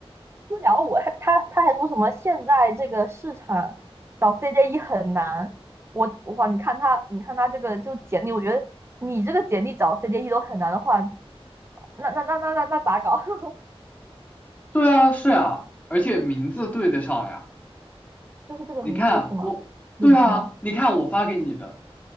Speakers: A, on the right; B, on the left.
A: 私聊我，他他他还说什么现在这个市场搞 CJE 很难，我哇，你看他你看他这个就简历，我觉得你这个简历找 CJE 都很难的话，那那那那那那咋搞？<laughs>
B: 对啊，是啊，而且名字对得上呀。
A: 就是这个名字是吗？
B: 你看我，
A: 也是吗？
B: 对啊，你看我发给你的。